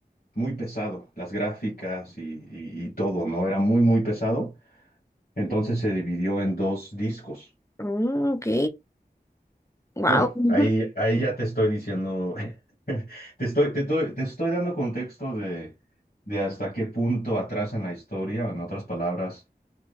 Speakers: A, on the left; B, on the left.
A: muy pesado, las gráficas y, y y todo, ¿no? Era muy, muy pesado, entonces se dividió en dos discos.
B: Oh, ok. Wow.
A: Bueno,
B: <laughs>
A: ahí, ahí ya te estoy diciendo, <laughs> te estoy, te, doy- te estoy dando contexto de, de hasta qué punto atrás en la historia, en otras palabras,